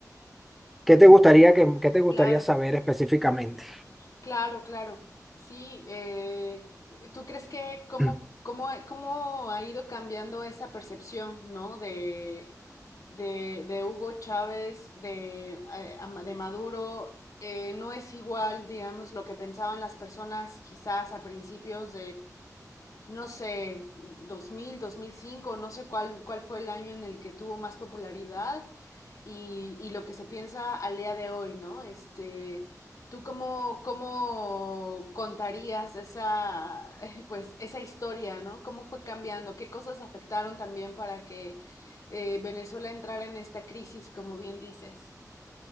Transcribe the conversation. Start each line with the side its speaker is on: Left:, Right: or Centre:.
Centre: ¿Qué te gustaría que, qué te gustaría
Left: Claro.
Centre: saber específicamente?
Left: Claro, claro. Sí, eh, ¿tú crees que cómo,
Centre: <clears throat>
Left: cómo, cómo ha ido cambiando esa percepción, ¿no? De, de, de Hugo Chávez, de, eh, a Ma- de Maduro, eh, no es igual, digamos, lo que pensaban las personas quizás a principios no sé, dos dos mil dos mil cinco no sé cuál, cuál fue el año en el que tuvo más popularidad y, y lo que se piensa al día de hoy, ¿no? Este, ¿tú cómo, cómo contarías esa, <laughs> pues, esa historia, ¿no? ¿Cómo fue cambiando? ¿Qué cosas afectaron también para que eh, Venezuela entrara en esta crisis, como bien dices?